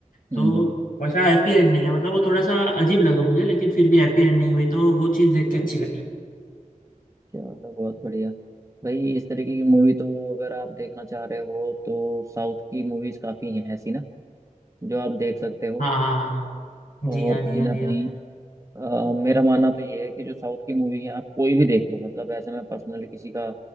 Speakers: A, on the right (about 20°); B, on the left (about 85°).
A: हम्म
B: तो
A: हम्म,
B: वैसा हैप्पी एंडिंग है मतलब वो थोड़ा सा अजीब लगा मुझे लेकिन फिर भी हैप्पी एंडिंग हुई तो वो चीज़ देख के अच्छी लगी
A: चलो बहुत बढ़िया भाई इस तरीके की मूवी तो अगर आप देखना चाह रहे हो तो साउथ की मूवीज काफ़ी हैं ऐसी ना जो आप देख सकते हो
B: हाँ हाँ हाँ, जी
A: और
B: हाँ जी
A: कहीं
B: हाँ
A: ना
B: जी
A: कहीं
B: हाँ
A: अ, मेरा मानना तो ये है कि जो साउथ की मूवी है आप कोई भी देख लो मतलब ऐसे मैं पर्सनली किसी का